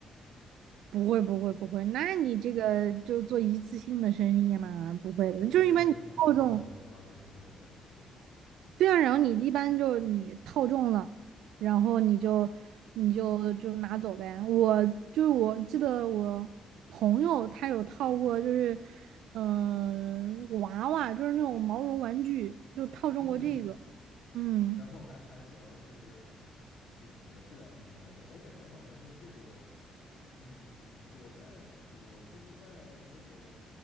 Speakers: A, on the right; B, on the left.
A: 不会不会不会，那你这个就做一次性的生意嘛，不会的，
B: 就生意就不好做了，
A: 就是一般你套中。
B: 是吧？就是那种感觉。
A: 对啊，然后你一般就是你套中了，然后你就你就就拿走呗。我就是我记得我朋友他有套过，就是嗯、呃娃娃，就是那种毛绒玩具，就套中过这个。
B: 嗯，
A: 嗯。
B: 然后还还行，就是就是什么的质量什么的还行。我感觉好像就是这种，嗯，我在我就是在那种。